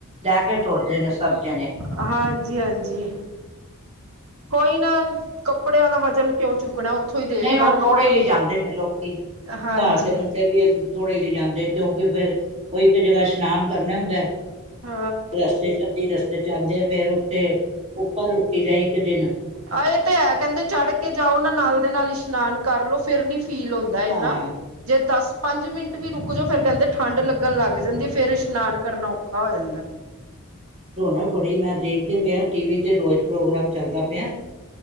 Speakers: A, on the right (about 30°); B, on the right (about 75°).
A: ਲੈ ਕੇ ਤੁਰਦੇ ਨੇ ਸਭ ਜਣੇ
B: ਹਾਂਜੀ- ਹਾਂਜੀ। ਕੋਈ ਨਾ ਕੱਪੜਿਆਂ ਦਾ ਵਜਨ ਕਿਉਂ ਚੁੱਕਣਾ। ਉੱਥੋਂ ਹੀ ਦੇਖ
A: ਨਹੀਂ,
B: ਲਾਂਗੇ
A: ਉਹ ਥੋੜੇ ਲਈ ਜਾਂਦੇ ਨੇ ਲੋਕੀ,
B: ਹਾਂਜੀ
A: ਘਰ ਦੇ ਮੁੰਡੇ ਵੀ ਥੋੜੇ ਲਈ ਜਾਂਦੇ। ਕਿਉਂ? ਫੇਰ ਉਹ ਇੱਕ ਜਗ੍ਹਾ ਇਸ਼ਨਾਨ
B: ਹਾਂ।
A: ਕਰਨਾ ਹੁੰਦਾ ਰਸਤੇ ਚ ਅੱਧੀ ਰਸਤੇ ਚ ਆਂਦੇ ਫੇਰ ਉੱਥੇ ਉੱਪਰ ਰੁਕੀ ਦਾ ਇੱਕ ਦਿਨ
B: ਆਹ ਇਹ ਤੇ ਹੈ ਕਹਿੰਦੇ ਚੜ ਕੇ ਜਾਓ। ਉਹਨਾਂ ਨਾਲ ਦੇ ਨਾਲ ਇਸ਼ਨਾਨ ਕਰਲੋ। ਫੇਰ ਨੀ ਫੀਲ ਹੁੰਦਾ। ਇਹਨਾ
A: ਹਾਂ
B: ਜੇ ਦਸ ਪੰਜ ਮਿੰਟ ਵੀ ਰੁਕ ਜੋ ਫਿਰ ਕਹਿੰਦੇ ਠੰਡ ਲੱਗਣ ਲੱਗ ਗਏ। ਜਲਦੀ ਫੇਰ ਇਸ਼ਨਾਨ ਕਰਨਾ ਔਖਾ ਹੋ ਜਾਂਦਾ।
A: ਧੋਣ ਥੋੜੀ ਮੈਂ ਦੇਖਦੇ ਪਏ ਟੀ ਵੀ ਤੇ ਰੋਜ਼ ਪ੍ਰੋਗਰਾਮ ਚੱਲਦਾ ਪਿਆ।